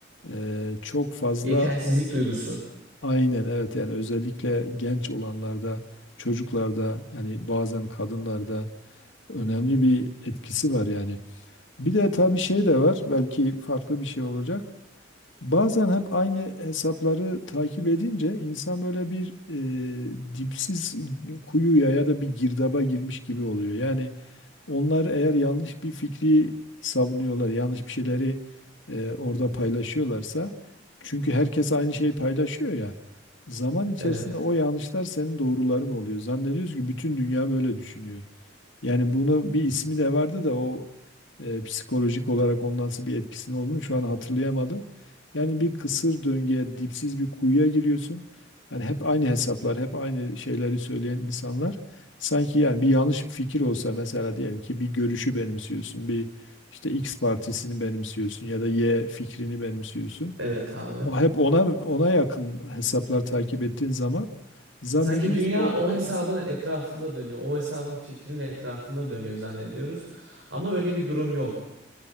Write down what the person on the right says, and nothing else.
Yetersizlik
duygusu.
Evet.
Evet abi.
Sanki dünya
o hesabın etrafında dönüyor. O hesabın fikrinin etrafında dönüyor zannediyoruz. Ama öyle bir durum yok.